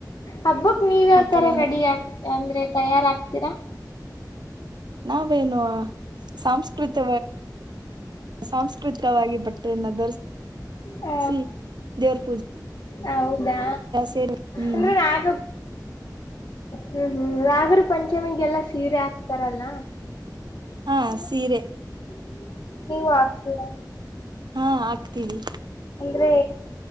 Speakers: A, on the left; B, on the right.
A: ಹಬ್ಬಕ್ ನೀವ ಯಾವತರ
B: ಆತರ ಏನೋ
A: ರೆಡಿ ಆ ಅಂದ್ರೆ ತಯಾರ ಆಕ್ತೀರಾ.
B: ನಾವೇನು ಸಾಂಸ್ಕೃತ ಸಾಂಸ್ಕೃತಿಕವಾಗಿ ಬಟ್ಟೆಯನ್ನು ಧರಿಸ
A: ಹ
B: ಸಿ ದೇವ್ರ್
A: ಹೌದಾ
B: ಸೇರಿ ಹ್ಮ್
A: ಅಂದ್ರೆ ನಾನು. ಹ್ಮ್ ಹ್ಮ್ ನಾಗರ್ ಪಂಚಮಿಗೆಲ್ಲಾ ಸೀರೆ ಹಾಕ್ತಾರಲ್ಲ
B: ಹಾ
A: ಹ
B: ಸೀರೆ
A: <inaudible> ನೀವು ಹಗ್ತೀರಾ.
B: ಹಾ ಆಗ್ತೀವಿ.
A: ಅಂದ್ರೆ